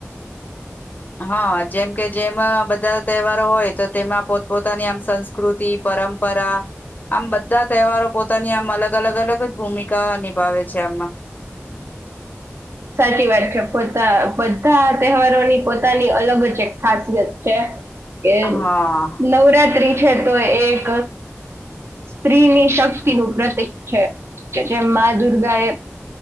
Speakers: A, on the left (about 35°); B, on the right (about 60°).
A: હન જેમ કે જેમાં બધા તહેવારો હોય તો તેમાં પોત પોતાની આમ સંસ્કૃતિ તી પરમ પરા. આમ બધા તહેવારો પોતાની આમ અલગ અલગ-અલગ જ ભૂમિકા નિભાવે છે એમાં.
B: સાચી વાત છે. પોતા બધા તહેવારોની પોતાની અલગ જ એક ખાસિયત છે. એ
A: હા
B: નવરાત ત્રી છે તો એક સ્ત્રીની શક્તિનું પ્રતિક છે જેમ મા દુર્ગા એ